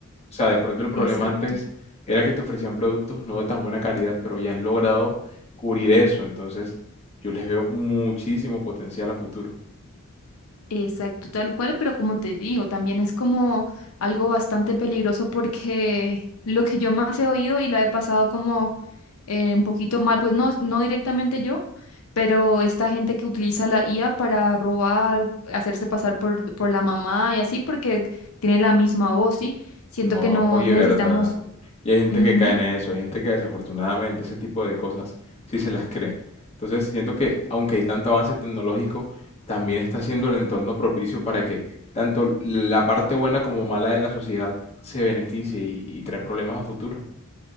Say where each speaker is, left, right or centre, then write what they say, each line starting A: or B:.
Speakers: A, on the left; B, on the left.
A: O sea, de pronto el problema
B: Exacto.
A: antes era que te ofrecían productos no de tan buena calidad, pero ya han logrado cubrir eso. Entonces, yo les veo muchísimo potencial a futuro.
B: Exacto, tal cual, pero como te digo, también es como algo bastante peligroso porque lo que yo más he oído y la he pasado como eh, un poquito mal, pues no, no directamente yo, pero esta gente que utiliza la IA para robar, hacerse pasar por, por la mamá y así, porque tiene la misma voz, ¿sí? Siento
A: No,
B: que no
A: oye,
B: necesitamos...
A: verdad. Y hay gente
B: Ujú,
A: que cae en eso, hay gente que desafortunadamente ese tipo de cosas sí se las cree. Entonces, siento que aunque hay tanto avance tecnológico, también está siendo el entorno propicio para que tanto la parte buena como mala de la sociedad se beneficie y, y trae problemas a futuro.